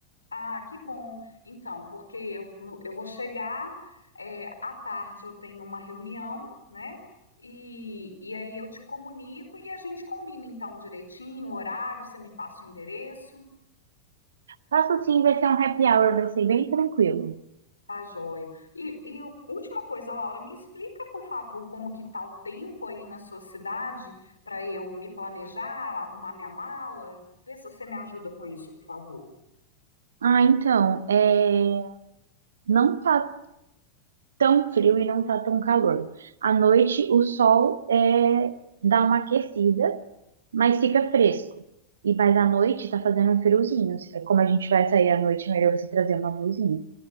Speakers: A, on the left; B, on the right.
A: Ah, que bom. Então, porque eu, no- eu vou chegar, é, à tarde eu tenho uma reunião, né? E, e aí eu te comunico e a gente combina então direitinho o horário, você me passa o endereço,
B: Faço sim, vai ser um happy hour, vai ser bem tranquilo.
A: tá joia. E, e o- última coisa, Laura, me explica, por favor, como que tá o tempo aí na sua cidade para eu me planejar, arrumar minha mala? Vê se você me ajuda com isso, por favor.
B: Ah, então, é, não tá tão frio e não tá tão calor. À noite, o sol é, dá uma aquecida, mas fica fresco. E mas à noite tá fazendo um friozinho. É Como a gente vai sair à noite, é melhor você trazer uma blusinha.